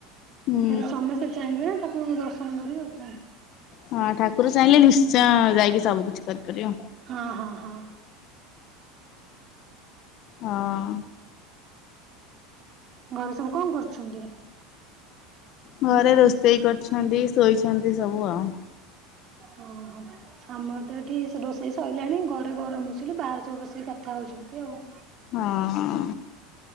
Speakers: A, on the left (about 55°); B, on the right (about 45°).
A: ହୁଁ
B: ଯଦି ସମସ୍ତେ ଚାହିଁବେ ଠାକୁର କୁ ଦର୍ଶନ ସନ୍ କରିବେ ଆଉ କଣ
A: ହଁ ଠାକୁର ଚାହିଁଲେ ନିଶ୍ଚୟ ଯାଇକି। ସବୁ କିଛି କରିପାରିବ
B: ହଁ ହଁ ହଁ
A: ହଁ
B: ଘର ସବୁ କଣ କରୁଚନ୍ତି?
A: ଘରେ ରୋଷେଇ କରିଛନ୍ତି ଶୋଇଛନ୍ତି ସବୁ ଆଉ।
B: ହଁ ହଁ ଆମର ତ ଏଠି ରୋଷେଇ ସରିଲାଣି ଘରେ ଗରମ ହଉସି ବାହାରେ ସବୁ ବସିକି କଥା ହଉଛନ୍ତି ଆଉ।
A: ହଁ